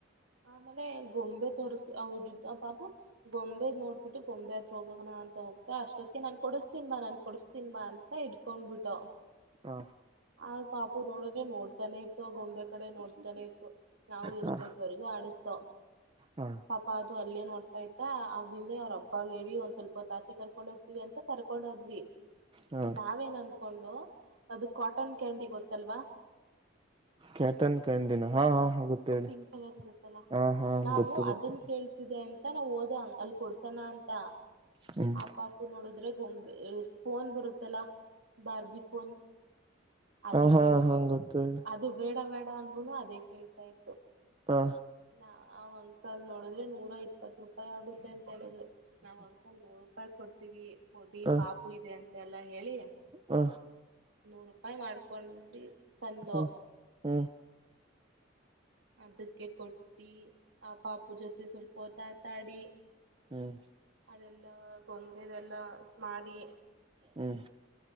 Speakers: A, on the right (about 70°); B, on the right (about 25°).
A: ಆಮೇಲೆ ಗೊಂಬೆ ತೋರಿಸಿ ಆವ್ ಆ ಹುಡ್ ಆ ಪಾಪೂ ಬೊಂಬೆ ನೋಡ್ಬಿಟ್ಟು ಗೊಂಬೆ ಹತ್ರ ಹೋಗಣ ಅಂತ ಹೋಗ್ತಾ ಅಷ್ಟೊತ್ತಿಗೆ ನಾನ್ ಕೊಡಸ್ತೀನ್ ಬಾ ನಾನ್ ಕೊಡಸ್ ಕೊಡಿಸ್ತೀನಿ ಬಾ ಅಂತ ಇಟ್ಕೊಂಡ್ಬಿಟ್ಟೊ
B: ಹಾ
A: ಆ ಪಾಪು ನೋಡಿದ್ರೆ ನೋಡ್ತಾನೆ ಇತ್ತು ಆ ಗೊಂಬೆ ಕಡೆ ನೋಡ್ತಾನೆ ಇತ್ತು. ನಾವು ಎಷ್ಟೊತ್ತವರೆಗೂ
B: ಹಾ
A: ಆಡಸ್ತೋ
B: ಹಾ
A: ಪಾಪಾ ಅದು ಅಲ್ಲೇ ನೋಡ್ತಾ ಇತ್ತಾ ಅವ ಹಿಂದೆ ಅವ್ರ ಅಪ್ಪಾಗ ಹೇಳಿ ಒಂದ್ ಸ್ವಲ್ಪ ತ್ತ ಆಚೆ ಕರ್ಕೊಂಡ ಹೋಗ್ತತಿವಿ ಅಂತ ಕರ್ಕೊಂಡ ಹೋದ್ವಿ.
B: ಹಾ
A: ನಾವೇನ್ ಅನ್ಕೊಂಡು ಅದು ಕಾಟನ್ ಕ್ಯಾಂಡಿ ಗೊತ್ತಲ್ವಾ?
B: ಕ್ಯಾಟನ್ ಕ್ಯಾಂಡಿನಾ ಹಾ ಹಾ ಹಾ ಗೊತ್ತು ಹೇಳಿ
A: ಪಿಂಕ್ ಕಲರ್ ಇರತ್ತಲ್ಲಾ?
B: ಹಾ ಹಾ
A: ನಾವು
B: ಗೊತ್ತು ಗೊತ್ತು
A: ಅದನ್ ಕೇಳ್ತಿದೆ ಅಂತ ನಾವು ಹೋದೆ ಅಲ್ ಕೊಡ್ಸೋಣ ಅಂತಾ
B: ಹ್ಮ
A: ಆಪಾಪು ನೋಡುದ್ರೆ ಗೊಂಬೆ ಫೋನ್ ಬರುತ್ತಲ್ಲ ಬಾರ್ಬಿ ಫೋನ್ ಅದ
B: ಹಾ
A: ಕೇಳ್ತಾ
B: ಹಾ ಹಾ ಗೊತ್ತು ಹೇಳಿ
A: ಅದು ಬೇಡ ಬೇಡ ಅಂದ್ರುನು ಅದೇ ಕೇಳ್ತಾ ಇತ್ತು.
B: ಹಾ
A: ನಾ ಒಂದ್ಸಲ್ ನೋಡಿದ್ರೆ ನೂರ ಇಪ್ಪತ್ ರೂಪಾಯಿ ಆಗುತ್ತೆ ಅಂತ ಹೇಳಿದ್ರು. ನಾವ್ ಅಕಂದ್ ನೂರು ರೂಪಾಯಿ ಕೊಡ್ತೀವಿ ಕೊಡಿ
B: ಹ
A: ಪಾಪು ಇದೆ ಅಂತೆ ಎಲ್ಲಾ ಹೇಳಿ
B: ಹ
A: ನೂರ ರೂಪಾಯಿ ಮಾಡ್ಕೊಂಡಿ ತಂದೋ
B: ಹ್ಮ ಹ್ಮ
A: ಅದಕ್ಕೆ ಕೊಟ್ಟಿ ಆ ಪಾಪು ಜೊತೆ ಸ್ವಲ್ಪ ಹೊತ್ತ ಆಟಾಡಿ
B: ಹ್ಮ್
A: ಅದೆಲ್ಲಾ ಗೊಂಬೇದೆಲ್ಲ ಸ ಮಾಡಿ
B: ಹ್ಮ್